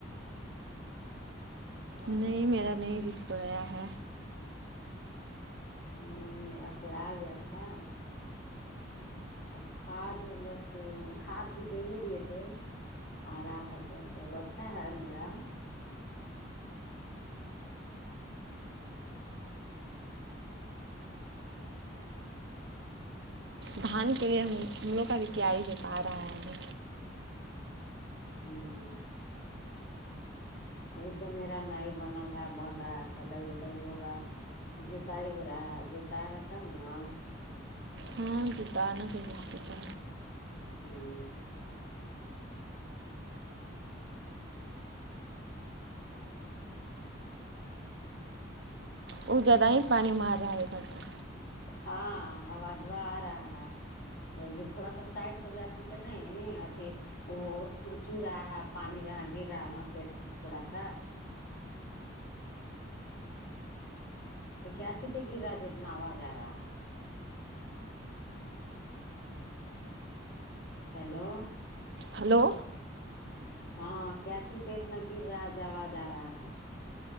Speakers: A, on the left; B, on the right.
A: اور
B: نہیں میرا نہیں وکھ پڑیا ہے
A: نہیں میرا کوڑا آ گیا تھا اور کھاد بس کھاد بھی دے ہی دیے تھے آ رہا تھا تو تو وہ اچھا ہےاب میرا
B: دھان کے لیے ہم ہملوں کا بھی کیا ہی بتا رہا ہے
A: ہوں ابھی تو میرا نئے بنل ہے بن رہا ہے کدئی ودئی ہوگا جتائی ہو رہا ہے جوتایا گا تب نا
B: ہاں جتانا چاہیے اسکو تو
A: ہوں
B: وہ زیادہ ہی پانی مار رہا ہے گھر تک
A: ہاں آواز وہ آ رہا ہے تھوڑا سا سائڈ ہو جاتی تو نہیں آتی وہ چو رہا ہے پانی جہاں گر رہا ہے وہاں سے تھوڑا سا کیا چھپے گرا جتنا آواز آ رہا ہے ہیلو
B: ہیلو
A: ہاں کیاچی پیٹ میں گر رہا ہے جو آواز آ رہا ہے